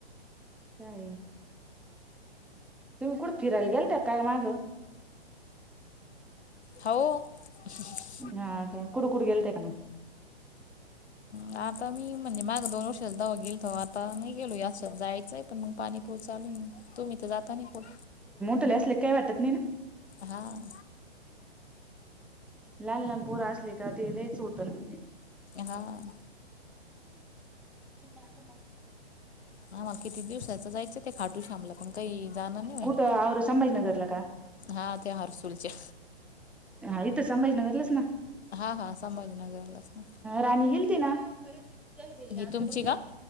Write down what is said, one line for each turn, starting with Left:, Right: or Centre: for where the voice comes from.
Centre: काय तुम्ही कुठं फिरायला गेलत्या काय माग?
Left: हावो <unintelligible>
Centre: ह का कुट कुटे गेलत्या?
Left: ह आता मी म्हणजे माग दोन वर्षात जाऊ गेल त आता नाही गेलो याात जायचंय. पण मग पाणी पाऊस चालू तुम्ही तर जाता ना कोठ.
Centre: तुले असले काही वाटत नाही ना.
Left: हां
Centre: लहान लहान पोर असले का ते लच होतं ना.
Left: हां
Centre: लो <inaudible>
Left: आम्हाला किती दिवसाचं जायचं ते खाटू श्यामला पण काही जाणं नाही होईना
Centre: कुठ आऔर संभाजीनगरला का?
Left: हा ते हर्सूलच्या
Centre: हा इथं संभाजीनगरलाच ना?
Left: हा हा संभाजीनगरलाच ना.
Centre: राणी गेलती ना. <unintelligible>
Left: ही तुमची का